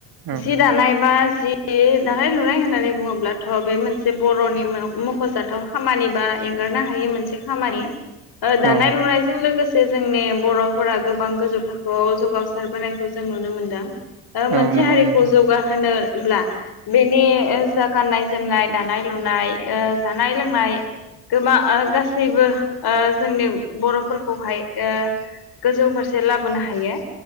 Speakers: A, on the right; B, on the left.
A: औ
B: जि दानाय बा ए दानाय लुनाय होननानै बुङोब्ला अब्लाथ' बे मोनसे बर'नि मख'जाथाव खामानि बा एंगारनो हायि मोनसे खामानि दानाय
A: औ
B: लुनायजों लोगोसे जोंनि बर'फोरा गोबां गोजौ थाखोआव जौगावसारबोनायखौ जों नुनो मोनदों
A: औ
B: मोनसे
A: नंगौ
B: हारिखौ
A: नोंथां
B: जौगाहोनो ब्ला बेनि जा गाननाय जोमनाय दानाय लुनाय जानाय लोंनाय गोबां ओ गासैबो ओ जोंनि बर'फोरखौहाय ओ गोजौ फारसे लाबोनो हायो